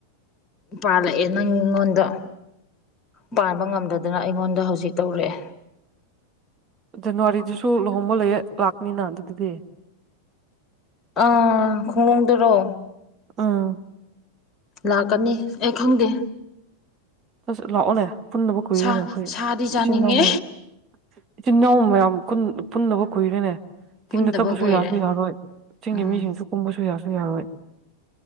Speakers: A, on the left; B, on the right.
A: ꯄꯥꯜꯂꯛꯑꯦ ꯅꯪ ꯑꯩꯉꯣꯟꯗ ꯄꯥꯟꯕ ꯉꯝꯗꯗꯅ ꯑꯩꯉꯣꯟꯗ ꯍꯧꯖꯤꯛ ꯇꯧꯔꯛꯑꯦ
B: ꯖꯅꯋꯥꯔꯤꯗꯨꯁꯨ ꯂꯨꯍꯣꯡꯕ ꯂꯩꯌꯦ ꯂꯥꯛꯅꯤꯅ ꯑꯗꯨꯗꯤ
A: ꯑꯥ ꯈꯣꯡꯡꯂꯣꯝꯗꯔꯣ
B: ꯑꯥ
A: ꯂꯥꯛꯀꯅꯤ ꯑꯩ ꯈꯪꯗꯦ
B: ꯑꯁ ꯂꯥꯛꯑꯣꯅꯦ ꯄꯨꯟꯅꯕꯨ ꯀꯨꯏꯔꯦꯅꯦ
A: ꯁꯥ
B: ꯑꯩꯈꯣꯏ
A: ꯁꯥꯗꯤ ꯆꯥꯅꯤꯡꯉꯦ
B: ꯏꯆꯤꯟ ꯏꯅꯥꯎ ꯃꯌꯥꯝ ꯏꯆꯦ ꯏꯅꯥꯎ ꯃꯌꯥꯝ ꯄꯨꯟꯅꯕ ꯀꯨꯏꯔꯦꯅꯦ
A: ꯄꯨꯟꯗꯕ
B: ꯆꯤꯡꯗ ꯇꯞꯄꯁꯨ
A: ꯀꯨꯏꯔꯦ
B: ꯌꯥꯁꯨ ꯌꯥꯔꯣꯏ ꯆꯤꯡꯒꯤ
A: ꯎꯝ
B: ꯃꯤꯁꯤꯡꯁꯨ ꯀꯨꯝꯕꯁꯨ ꯌꯥꯁꯨ ꯌꯥꯔꯣꯏ